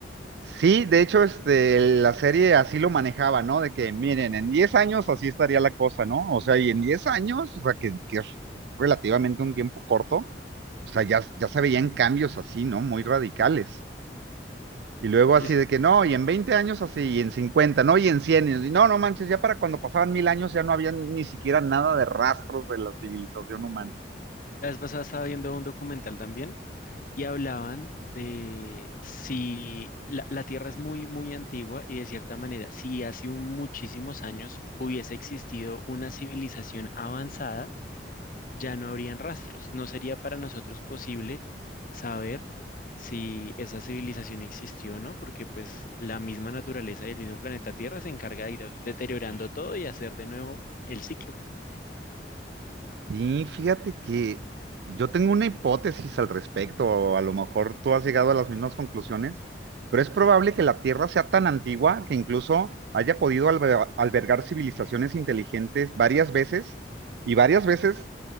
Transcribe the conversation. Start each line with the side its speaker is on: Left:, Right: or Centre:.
Right: Sí, de hecho, este, la serie así lo manejaba, ¿no? De que, miren, en 10 años así estaría la cosa, ¿no? O sea, y en 10 años, o sea, que, que es relativamente un tiempo corto, o sea, ya, ya se veían cambios así, ¿no? Muy radicales. Y luego
Left: Sí,
Right: así
Left: es-
Right: de que, no, y en 20 años así, y en 50, ¿no? Y en 100 y no, no manches, ya para cuando pasaban mil años ya no había ni siquiera nada de rastros de la civilización humana.
Left: la vez pasada estaba viendo un documental también y hablaban de si la, la Tierra es muy, muy antigua y de cierta manera, si hace un- muchísimos años hubiese existido una civilización avanzada, ya no habrían rastros. No sería para nosotros posible saber si esa civilización existió o no, porque pues la misma naturaleza del mismo planeta Tierra se encarga de ir deteriorando todo y hacer de nuevo el ciclo.
Right: Y fíjate que yo tengo una hipótesis al respecto, o a lo mejor tú has llegado a las mismas conclusiones, pero es probable que la Tierra sea tan antigua que incluso haya podido albe- albergar civilizaciones inteligentes varias veces y varias veces